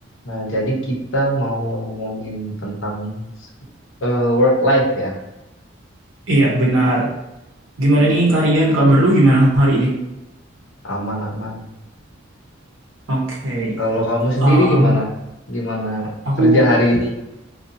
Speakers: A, on the left; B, on the right.
A: Nah, jadi kita mau ngomongin tentang eh, work life ya,
B: Iya, benar. Gimana nih Karian, kabar lu gimana hari ini?
A: aman-aman.
B: Oke.
A: Kalau kamu sendiri
B: Um,
A: gimana? Gimana
B: aku
A: kerja hari ini?